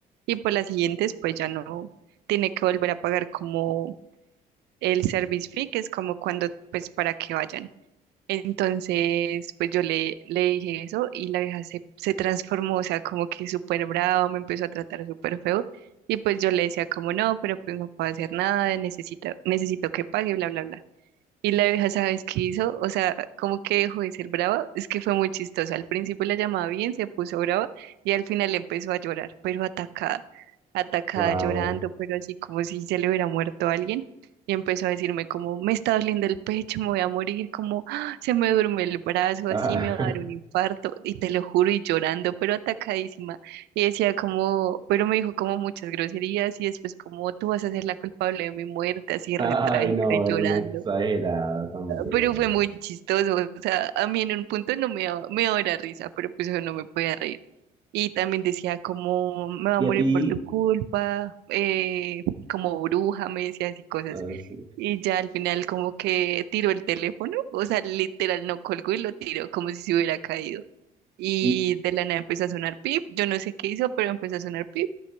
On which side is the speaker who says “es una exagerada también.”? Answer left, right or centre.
Right